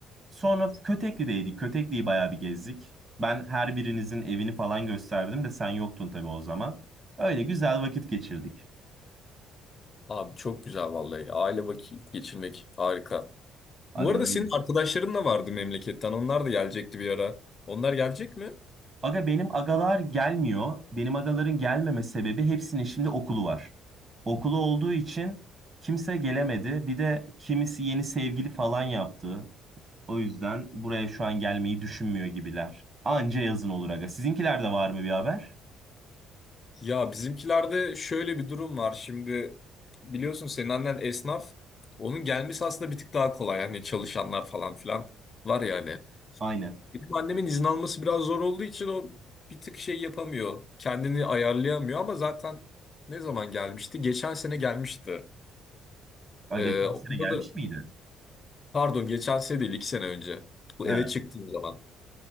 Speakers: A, on the right; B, on the left.
A: Sonra Kötekli'deydik. Kötekli'yi bayağı bir gezdik. Ben her birinizin evini falan gösterdim de sen yoktun tabii o zaman. Öyle güzel vakit geçirdik.
B: Abi çok güzel vallahi. Aile vakit geçirmek harika.
A: Aga
B: Bu arada
A: öyle.
B: senin arkadaşların da vardı memleketten. Onlar da gelecekti bir ara. Onlar gelecek mi?
A: Aga benim agalar gelmiyor. Benim agaların gelmeme sebebi hepsinin şimdi okulu var. Okulu olduğu için kimse gelemedi. Bir de kimisi yeni sevgili falan yaptı. O yüzden buraya şu an gelmeyi düşünmüyor gibiler. Anca yazın olur aga. Sizinkilerde var mı bir haber?
B: Ya bizimkilerde şöyle bir durum var. Şimdi biliyorsun senin annen esnaf. Onun gelmesi aslında bir tık daha kolay. Hani çalışanlar falan filan var yani.
A: Aynen.
B: Benim annemin izin alması biraz zor olduğu için o bir tık şey yapamıyor. Kendini ayarlayamıyor ama zaten ne zaman gelmişti? Geçen sene gelmişti.
A: Aga
B: Ee,
A: geçen
B: onda
A: sene gelmiş
B: da
A: miydi?
B: pardon geçen sene değil iki sene önce. Bu
A: He.
B: eve çıktığım zaman.